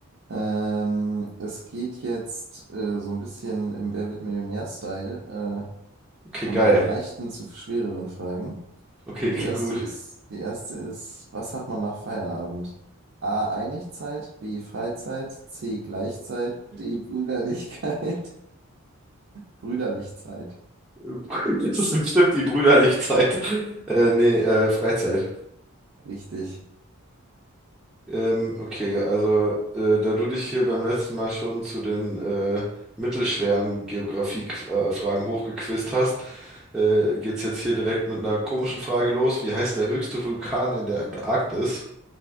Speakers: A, on the right; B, in the centre.
A: Ähm, es geht jetzt äh, so ein bisschen im Wer wird Millionär-Style äh,
B: Okay,
A: von
B: geil.
A: leichten zu schwereren Fragen.
B: Okay,
A: Und
B: klingt
A: die erste
B: gut.
A: ist, die erste ist, was hat man nach Feierabend? A. Einigzeit, B. Freizeit, C. Gleichzeit, D. Brüderlichkeit. <laughs> Brüderlichzeit.
B: <laughs> Das ist bestimmt die Brüderlichzeit. Äh, nee, äh, Freizeit.
A: Richtig.
B: Ähm, okay, also äh, da du dich hier beim letzten Mal schon zu den äh, mittelschweren Geografie-Fragen hochgequizt hast, äh, geht's jetzt hier direkt mit einer komischen Frage los. Wie heißt der höchste Vulkan in der Antarktis?